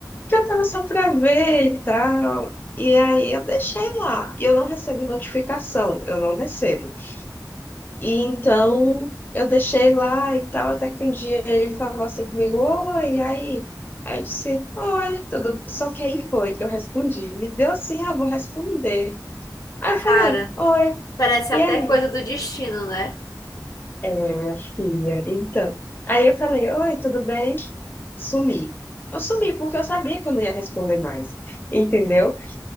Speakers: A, on the left (about 25°); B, on the left (about 50°).
A: Porque eu tava só pra ver e tal, e aí eu deixei lá, e eu não recebo notificação, eu não recebo. E então, eu deixei lá e tal, até que um dia ele falou assim comigo, oi, e aí? Aí eu disse, oi, tudo, só que aí foi, eu respondi, me deu assim, ah, vou responder. Aí eu
B: cara,
A: falei, oi,
B: parece
A: e
B: até
A: aí?
B: coisa do destino, né?
A: É, minha filha. Então, aí eu falei, oi, tudo bem? Sumi. Eu sumi porque eu sabia que eu não ia responder mais, entendeu?